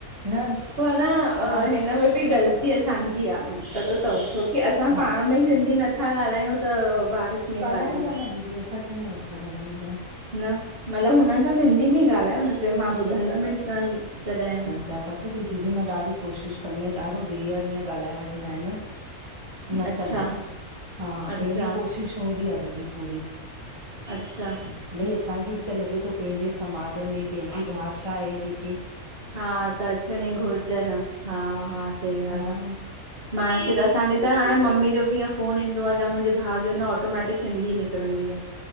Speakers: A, on the right (about 20°); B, on the right (about 40°).
A: न
B: पो है न अ।
A: ॾा
B: हिनन में बि ग़लती असांजी आ पतो थव छोकी असां
A: हा
B: पाण में ई सिंधी न। कथां ॻाल्हायूं त ॿार। कीअं
A: ॻाल्हायूं
B: ॻाल्हाईंदा
A: था न दीदी असां कीअं नथा ॻाल्हायूं ॿुधा?
B: न मतलब हुनन सां सिंधी में ई ॻाल्हायो न चयो मां ॿुधंदम न ज़ढ़ेय।
A: तां पतो थ दीदी मां ॾाढी कोशिश कंदीयां ॾाढो रीयर हिंअं ॻाल्हाए वठंदाइन। न
B: अच्छा
A: त न हा
B: अच्छा
A: पंहिंजी कोशिश हूंदी आ दीदी पूरी।
B: अच्छा।
A: भई असांखे बि त लॻे थो पेंजे समाज में पेंजे भाषा आहे जेके।
B: हा त अचनि ई घुरचन आ हा हा सही
A: हा
B: ॻाल् आ। माँखे त असांजी त हाणे मम्मी जो बिंअ। फोन ईंदो आ जा मुंजे भाव चवंदो ऑटोमैटिक सिंधी निकरंदी आ।